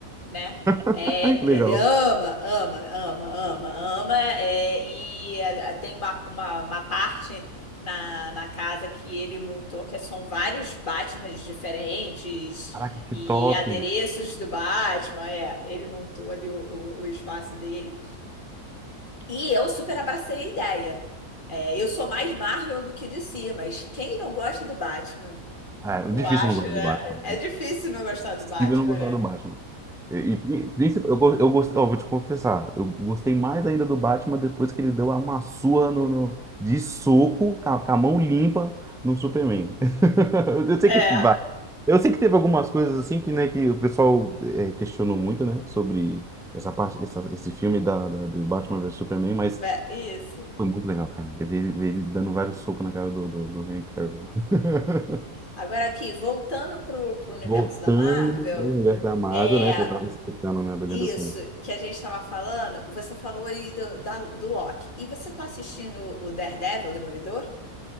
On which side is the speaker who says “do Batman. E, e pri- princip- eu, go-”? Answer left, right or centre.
Centre